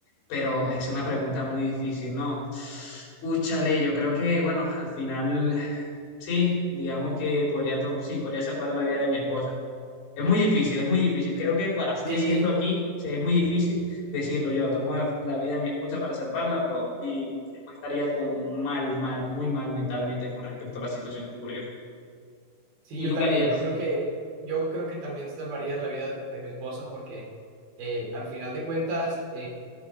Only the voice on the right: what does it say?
Sí,
sí,
yo
también,
yo creo que, yo creo que también salvaría la vida de mi esposa porque eh, al final de cuentas,